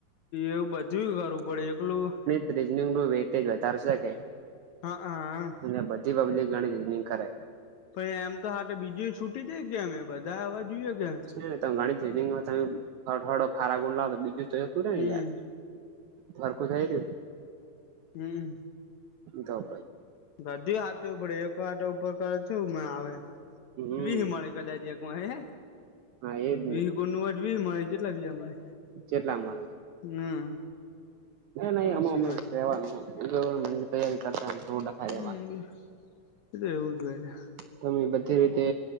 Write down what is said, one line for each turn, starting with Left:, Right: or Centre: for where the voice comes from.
Left: એવું બધું કરવું પડે એકલું.
Right: રીજનેબલ વેતે વધારશો કે
Left: હા હા.
Right: અને બધી પબ્લિક ગણી ની કરે.
Left: પણ એમ તો હાતે બીજું છૂટી દઈ દે અમે બધા આવા જોઈએ કેમ.
Right: ત ગણી <inaudible> જમે ખારા ગાવ બીજું. તું તઈ
Left: હમ
Right: યાર ઘરખું જઈ રહયુ.
Left: હમ
Right: તો ભાઈ.
Left: બધી હાથે ઉપડે એક વાટ ઉપર. કછુ ના આવે
Right: હમ
Left: વીહ મળે કદાચ એક માહે હે
Right: હા એજ
Left: વી ગુનવટ બી મળે જેટલા બીજા મળે.
Right: જેટલા મળે
Left: હમ
Right: નહી
Left: હાચી
Right: આમાં અમે
Left: વાત છે
Right: રેવાનું. ગવર્મેન્ટની તેયારી કરતા <inaudible> કાર.
Left: હમ એ તો એવું જો હોય ને?
Right: તમે બધી રીતે